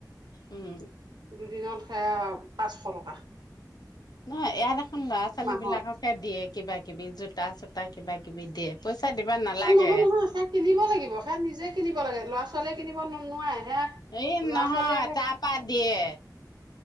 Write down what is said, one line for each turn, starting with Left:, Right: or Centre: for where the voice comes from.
Left: উম
Right: দুদিনত সেয়া পাঁচশ টকা।
Left: নহয়, ইয়াত এখন ল'ৰা ছোৱালী
Right: মাহত
Left: বিলাককে দিয়ে। কিবা কিবি জোতা চোতা কিবা কিবি দিয়ে। পইচা দিব নালাগে
Right: অ'নহয় নহয়, সেই কিনিব লাগিব সেয়া নিজে কিনিব লাগে। ল'ৰা ছোৱালীয়ে কিনিব ন নোৱাৰে। সেয়া
Left: এই
Right: ল'ৰা
Left: নহয়,
Right: ছোৱালীয়ে
Left: তাৰ পা দিয়ে।